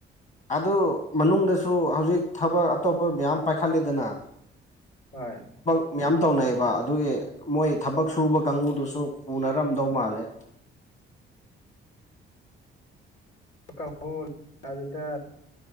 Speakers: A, on the left; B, on the left.
A: ꯑꯗꯨ ꯃꯅꯨꯡꯗꯁꯨ ꯍꯧꯖꯤꯛ ꯊꯕꯛ ꯑꯇꯣꯞꯄ ꯃꯌꯥꯝ ꯄꯥꯏꯈꯠꯂꯦꯗꯅ
B: ꯍꯣꯏ
A: ꯃꯌꯥꯝ ꯇꯧꯅꯩꯑꯕ ꯑꯗꯨꯒꯤ ꯃꯣꯏ ꯊꯕꯛ ꯁꯨꯕ ꯀꯥꯡꯕꯨꯗꯨꯁꯨ ꯄꯨꯅꯔꯝ ꯇꯧ ꯃꯥꯂꯦ
B: ꯀꯥꯡ ꯑꯗꯨꯗ